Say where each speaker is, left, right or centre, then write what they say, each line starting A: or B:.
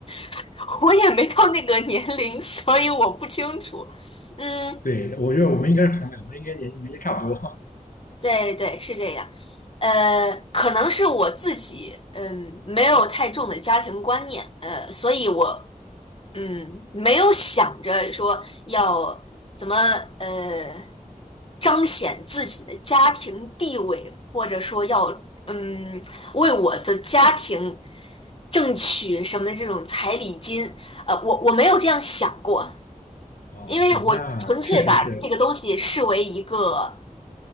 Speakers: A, on the left; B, on the left.
A: <laughs> 我也没到那个年龄，所以我不清楚。嗯，
B: 对，我觉得我们应该是同龄，我们应该年年纪差不多。
A: 对对，是这样。呃，可能是我自己，嗯，没有太重的家庭观念，呃，所以我嗯，没有想着说要怎么呃彰显自己的家庭地位，或者说要嗯为我的家庭争取什么的这种彩礼金，呃，我我没有这样想过，
B: 哦，
A: 因为我纯粹把这个东西视为一个
B: 对，那确实是